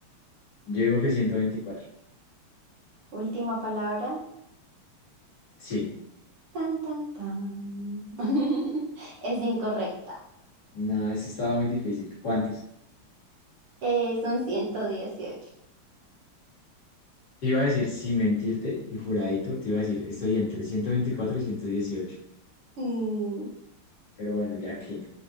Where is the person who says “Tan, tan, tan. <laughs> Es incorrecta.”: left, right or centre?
Right